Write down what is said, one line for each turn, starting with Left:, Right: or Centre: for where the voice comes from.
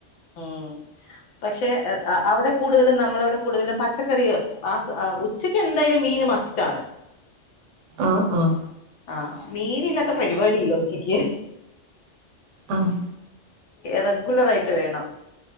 Left: ഉം പക്ഷെ അവിടെ കൂടുതലും നമ്മളവിടെ കൂടുതലും പച്ചക്കറി ആ ഉച്ചക്ക് എന്തായാലും മീന് മസ് ആണ്
Right: ആഹ് ആഹ്
Left: ആ മീനില്ലാത്ത പരിപാടിയില്ല ഉച്ചയ്ക്ക്
Right: ആഹ്
Left: റെഗുലർ ആയിട്ട് വേണം